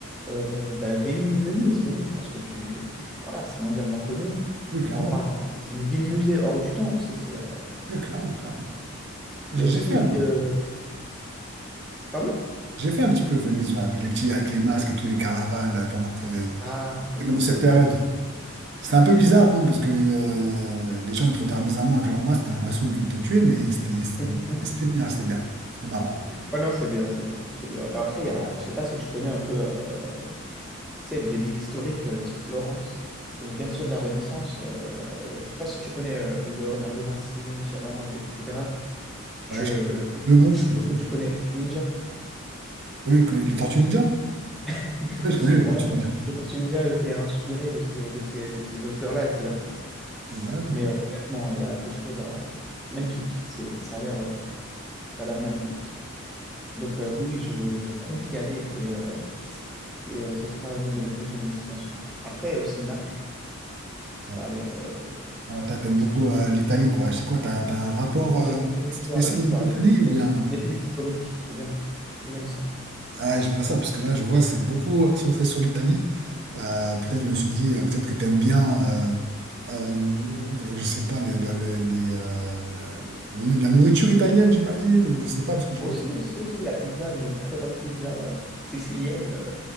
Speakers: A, in the centre; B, on the right (about 50°).
A: euh, bah, Veni- Venise, Venise, je pense que tu, tu- voilà, c'est mondialement connu.
B: Oui, clairement,
A: On va pas, c'est une ville-musée hors du temps. Tu sais, c'est, euh,
B: Oui, clairement, clairement. J'ai
A: il y a aussi,
B: j'ai fait, un-
A: euh, pardon?
B: j'ai fait un petit peu Venise, ouais, avec les petits, avec les masques et tous les carnavals euh, pendant que,
A: Ah, c'est
B: pendant
A: cool,
B: cette
A: c'est
B: période.
A: bien. C'est,
B: C'était un peu
A: c'est-
B: bizarre, hein, parce que euh, les gens ils te regardent bizarrement avec leurs masques, t'as l'impression qu'ils veulent te tuer, mais c'était c'était-
A: <laughs>
B: c'était bien, c'était bien, c'était marrant.
A: Ouais, non, c'est bien, c'est bien, c'est bien. Mais après, il y a, je sais pas si tu connais un peu, euh, tu sais, des villes historiques euh, type Florence, qui est le berceau de la Renaissance. euh, je sais pas si tu connais euh, Léonard de Vinci, Michel-Ange, etc. Je,
B: Ouais, je... De nom,
A: je suppose
B: de nom.
A: que tu connais Tortue Ninja.
B: Oui, je connais les Tortues Ninja?
A: <laughs>
B: Oui, je connais les
A: Bon,
B: Tortues
A: moi,
B: Ninja.
A: les Tortues Ninja étaient inspiré de ces, de ces, de ces auteurs-là et de ces artistes.
B: D'accord.
A: Mais euh, honnêtement, il y a des choses à... magnifiques. C'est, ça a l'air, euh, ça a l'air magnifique. Donc euh, oui, je, je compte y aller et, euh, et euh, ça sera une de mes prochaines destinations. Après, il y a aussi Naples. Ça
B: Ouais.
A: a l'air euh,
B: Ah, toi, t'aimes
A: exceptionnel.
B: beaucoup euh, l'Italie, quoi. C'est quoi, t'as, t'as un rapport
A: Ah,
B: euh,
A: J'aime, j'aime l'histoire,
B: spécial
A: l'histoire,
B: avec l'Italie
A: les,
B: ou bien...
A: les- les pays historiques. J'aime, j'aime ça.
B: Ah, je vois ça, parce que là, je vois, c'est beaucoup euh, centré sur l'Italie. Euh, peut-être, je me suis dit, euh, peut-être que t'aimes bien, euh, euh, je sais pas, le- le- le- les, euh, la, la nourriture italienne, j'imagine. ou Je sais pas, parce que je
A: Aussi,
B: vois...
A: aussi, aussi, la pizza, une très bonne pizza euh, sicilienne. euh,